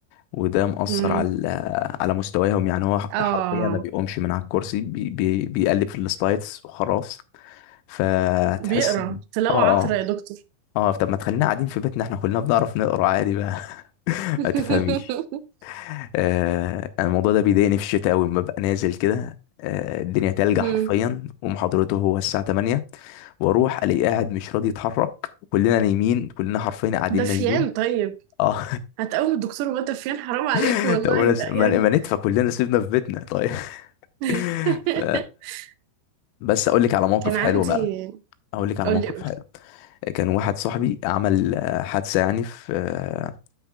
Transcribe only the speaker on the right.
امم
اه
بيقرا تلاوه
عطره يا دكتور
<laughs>
امم
دفيان
طيب
هتقوم الدكتور وهو دفيان حرام عليك
والله
لا
يعني
<laughs>
كان عندي
قولي
قولي